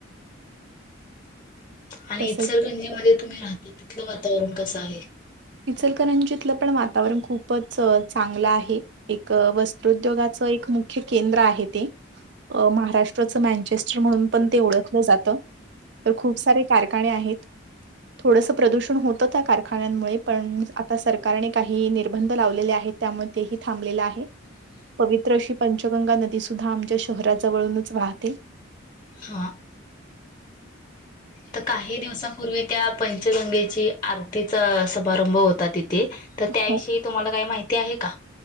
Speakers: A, on the left; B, on the right.
A: आणि
B: तसंच
A: इतसरगंजी मध्ये तुम्ही राहता तिथलं वातावरण कसं आहे.
B: इचलकरंजितलं पण वातावरण खूपच चांगलं आहे. एक वस्त्रोद्योगाचं एक मुख्य केंद्र आहे ते महाराष्ट्राचं मॅनचेस्टर म्हणून पण ते ओळखलं जातं. तर खूप सारे कारखाने आहेत थोडस प्रदूषण होतं त्या कारखान्यांमुळे पण आता सरकारने काही निर्बंध लावलेले आहेत त्यामुळे तेही थांबलेलं आहे. पवित्र अशी पंचगंगा नदीसुद्धा आमच्या शहराजवळूनच वाहते.
A: हा. तर काही दिवसांपूर्वी त्या पंचगंगेची आरतीचा समारंभ होता तिथ. ते तर त्याविषयी
B: हो
A: तुम्हाला काही माहिती आहे का?